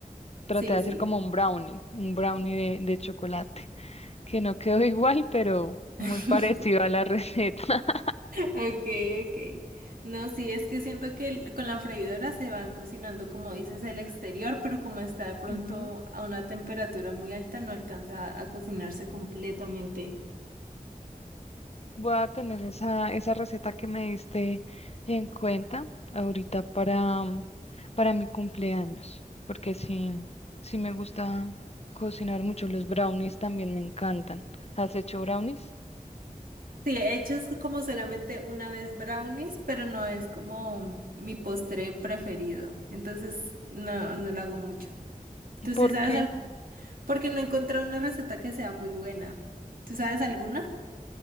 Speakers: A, on the left (about 45°); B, on the right (about 80°).
A: Traté
B: Sí,
A: de
B: sí.
A: hacer como un brownie, un brownie de, de chocolate, que no quedó <laughs> igual, pero
B: <laughs>
A: muy parecido a la receta. <laughs>
B: Ok, ok. No, sí, es que siento que el- con la freidora se van cocinando, como dices, el exterior, pero como está de pronto
A: Ujú.
B: a una temperatura muy alta, no alcanza a cocinarse completamente.
A: Voy a tener esa, esa receta que me diste en cuenta ahorita para, mm, para mi cumpleaños, porque sí, sí me gusta cocinar mucho. Los brownies también me encantan. ¿Has hecho brownies?
B: Sí, he hecho es como solamente una vez brownies, pero no es como mi postre preferido. Entonces, no, no lo hago mucho. ¿Tú sí
A: ¿Por
B: sabes
A: qué?
B: algo? Porque no he encontrado una receta que sea muy buena. ¿Tú sabes alguna?